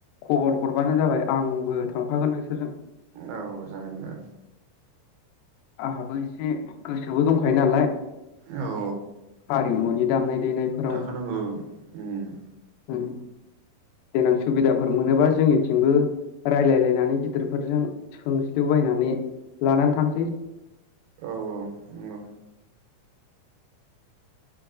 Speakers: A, on the left; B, on the right.
A: खबर हरबानो जाबाय आंबो थांफागोन नोंसोरजों
B: औ जागोन दे
A: आंहाबो एसे गोसोबो दंखायो नालाय
B: औ औ
A: हारिमुनि दामनाय देनायफोराव
B: ओंखारनांगौ उम
A: उम देनां सुबिदाफोर मोनोबा जोंनिथिंबो रायलायलायनानै गिदिरफोरजों सोंस्लिउबायनानै लानानै थांनोसै
B: औ औ नंगौ